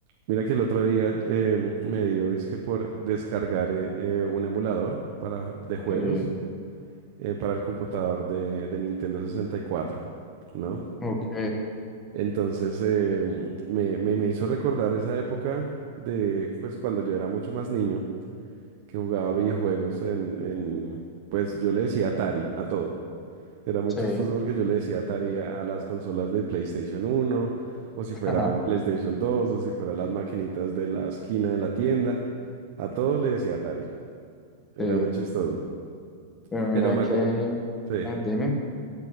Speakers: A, on the right; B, on the left.
A: Mira que el otro día eh, me dio, dizque por descargar eh, eh, un emulador para, de juegos
B: Sí,
A: eh, para el computador de, de Nintendo 64, ¿no?
B: ok,
A: Entonces eh, me, me, me hizo recordar esa época de, pues, cuando yo era mucho más niño, que jugaba videojuegos en, en, pues, yo le decía Atari a todo. Era muy
B: sí,
A: chistoso porque yo le decía Atari a las consolas de PlayStation uno o si
B: <laughs>
A: fuera
B: ajá,
A: un PlayStation dos o si fuera las maquinitas de la esquina de la tienda. A todo le decía Atari. Era
B: sí,
A: muy chistoso.
B: pero mira
A: Pero me
B: que,
A: acuerdo. Sí.
B: ah, dime,